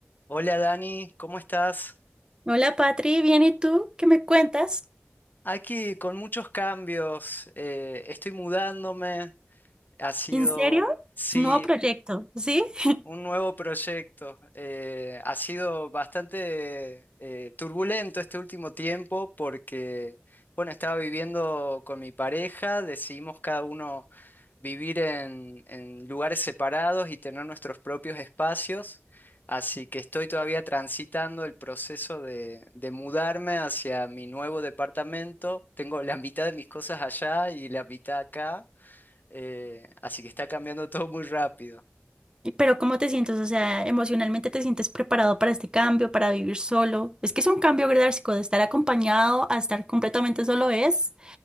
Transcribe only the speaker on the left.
Hola Dani, ¿cómo estás?
Aquí con muchos cambios, eh, estoy mudándome, ha sido,
sí,
un nuevo proyecto. Eh, ha sido bastante eh, turbulento este último tiempo porque, bueno, estaba viviendo con mi pareja, decidimos cada uno vivir en, en lugares separados y tener nuestros propios espacios. Así que estoy todavía transitando el proceso de, de mudarme hacia mi nuevo departamento. Tengo la mitad de mis cosas allá y la mitad acá. eh, así que está cambiando todo muy rápido.